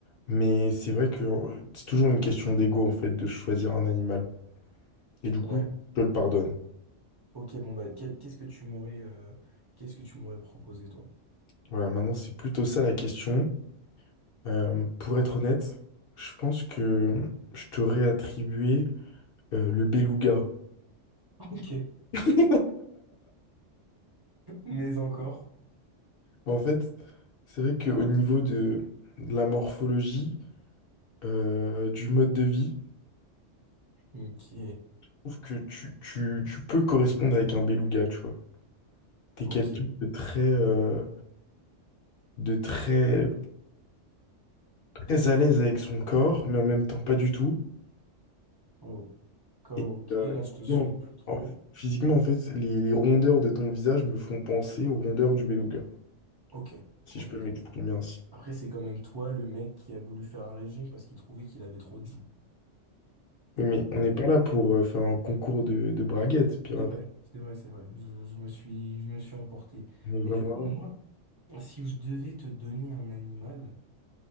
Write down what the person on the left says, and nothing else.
mais c'est vrai que euh, c'est toujours une question d'ego, en fait, de choisir un animal. Et du coup,
je le pardonne.
Voilà, maintenant, c'est plutôt ça la question. Euh, pour être honnête, je pense que je t'aurais attribué euh, le beluga.
<laughs>
En fait, c'est vrai qu'au niveau de, de la morphologie, euh, du mode de vie,
trouve que tu, tu, tu peux correspondre avec un beluga, tu vois. T'es
quelqu'un de très, euh, de très, très à l'aise avec son corps, mais en même temps pas du tout.
Et euh,
non,
en- physiquement, en fait, les, les rondeurs de ton visage me font penser aux rondeurs du beluga,
si
je peux
m'exprimer ainsi.
Oui, mais on n'est pas là pour euh, faire un concours de, de braguettes, pirate.
On est vraiment
là.